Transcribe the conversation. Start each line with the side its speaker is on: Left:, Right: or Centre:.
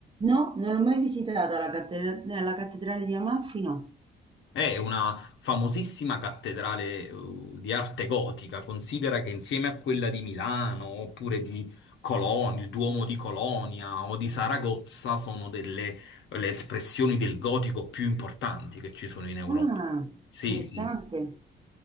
Right: No, non l'ho mai visitata la cattedrale, la cattedrale di Amalfi, no.
Left: È una famosissima cattedrale, eh, di arte gotica. Considera che insieme a quella di Milano, oppure di Colonia, il Duomo di Colonia o di Saragozza, sono delle le espressioni del gotico più importanti che ci sono in Europa.
Right: Ah,
Left: Sì,
Right: interessante.
Left: sì.